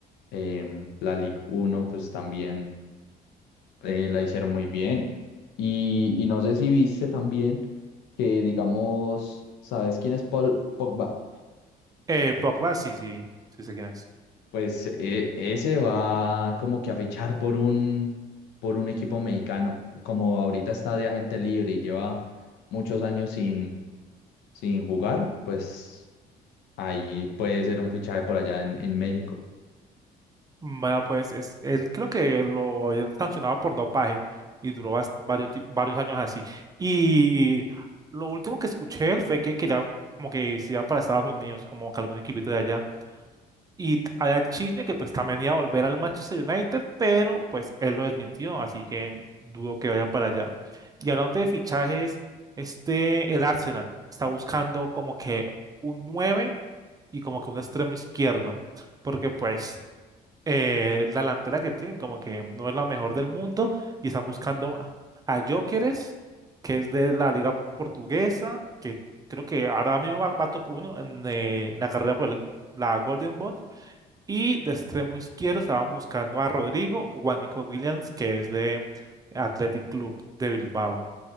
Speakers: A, on the left; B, on the right.
A: em, la Ligue uno pues también eh, la hicieron muy bien. Y, y no sé si viste también que, digamos, ¿sabes quién es Paul Pogba?
B: Eh, Pogba, sí, sí, sí sé quién es.
A: Pues eh, ese va como que a fichar por un, por un equipo mexicano. Como ahorita está de agente libre y lleva muchos años sin, sin jugar, pues ahí puede ser un fichaje por allá en, en México.
B: Vaya, pues es, él creo que lo habían sancionado por dopaje y duró bas- varios, ti- varios años así. Y lo último que escuché de él fue que quería como que se iba para Estados Unidos, como que algún equipito de allá. Y t- había chisme que pues también iba a volver al Manchester United, pero pues él lo desmintió, así que dudo que vaya para allá. Y hablando de fichajes, este, el Arsenal está buscando como que un 9 y como que un extremo izquierdo, porque pues eh, la delantera que tienen como que no es la mejor del mundo y están buscando a, a Gyökeres, que es de la liga portuguesa, que creo que ahora mismo va, va top uno en, eh, la carrera por el- la Golden Boot. Y de extremo izquierdo estaban buscando a Rodrigo o a Nico Williams, que es de Athletic Club de Bilbao.